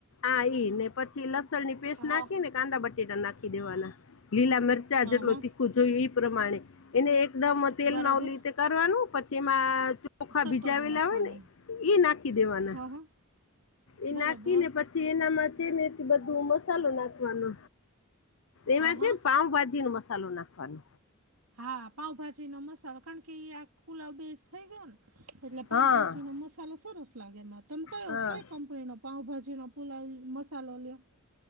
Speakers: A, on the left; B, on the right.
A: આ ઈ ને પછી લસણની પેસ્ટ
B: હા
A: નાખી. કાંદા બટેટા નાખી દેવાના લીલા મરચા
B: હા
A: જેટલું
B: હા
A: તીખું જોયું એ પ્રમાણે એને એકદમ તેલમાં
B: બરોબર
A: ઓલી રીતે કરવાનું પછી એમાં ચોખા
B: સતોડી
A: ભીજાવેલા
B: નાખવાનું
A: હોય ને ઈ નાખી દેવાના.
B: હા હા
A: એ
B: બરોબર
A: નાખી ને પછી એનામાં છે ને બધું મસાલો નાખવાનો. એમાં
B: હા
A: છે
B: હા
A: પાઉભાજી નો મસાલો નાખવાનો.
B: હા પાઉભાજી નો મસાલો કારણ કે આ. પુલાવ બેસ્ટ થઈ ગયો ને એટલે
A: હા
B: પાઉભાજી નો મસાલો સરસ લાગે એમાં તમે કયો
A: હા
B: કઈ કંપનીનો પાઉભાજીનો પુલાવ મસાલો લ્યો.